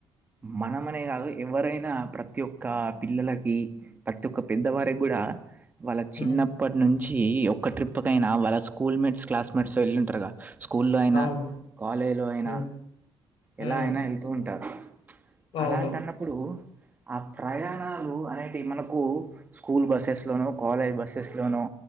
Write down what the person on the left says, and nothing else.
హ్మ్
అవును
హ్మ్ హ్మ్
అవును